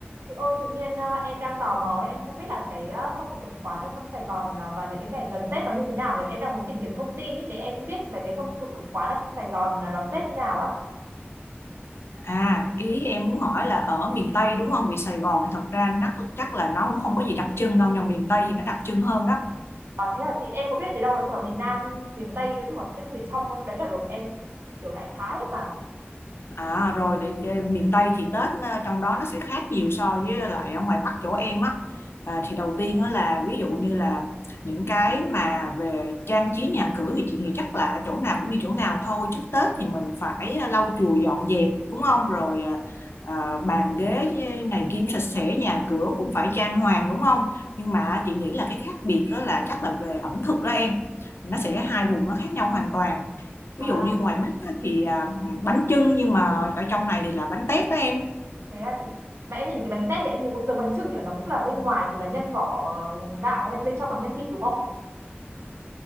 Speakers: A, on the right; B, on the left.
A: Chị ơi, tự nhiên ờ, em đang tò mò, ấy, em không biết là cái ờ, phong tục tập quán ở trong Sài Gòn ờ, và những cái ngày gần Tết nó như thế nào nhỉ? Em đang muốn tìm kiếm thông tin ý, để em biết về cái phong tục tập quán ở trong Sài Gòn là đón Tết như nào á.
B: À, ý em muốn hỏi là ở miền Tây đúng không? Vì Sài Gòn thì thật ra nó chắc là nó cũng không có gì đặc trưng đâu, nhưng miền Tây thì nó đặc trưng hơn đó.
A: À, thế là chị em có biết gì đâu, nói chung là miền Nam, miền Tây, nói chung là Tết miền trong đấy là được em kiểu đại khái mà.
B: À rồi để, để miền Tây thì Tết ờ, trong đó nó sẽ khác nhiều so với lại ở ngoài Bắc chỗ em á. À, thì đầu tiên á là ví dụ như là những cái mà về trang trí nhà cửa thì chị nghĩ chắc là chỗ nào cũng như chỗ nào thôi. Trước Tết thì mình phải ờ, lau chùi dọn dẹp đúng không? Rồi ờ, ờ, bàn ghế này kia cũng sạch sẽ, nhà cửa cũng phải trang hoàng đúng không? Nhưng mà chị nghĩ là cái khác biệt đó là chắc là về ẩm thực đó em. Nó sẽ hai vùng nó khác nhau hoàn toàn
A: À,
B: ví dụ như ngoài Bắc á, thì à, bánh chưng nhưng mà ở trong này thì là bánh tét đó em
A: thế là chị, mà em nhìn cái bánh tét thì em nhìn cũng giống bánh chưng nhỉ, nó cũng là bên ngoài thì là nhân vỏ ờ, gạo hay bên trong là nhân thịt đúng không?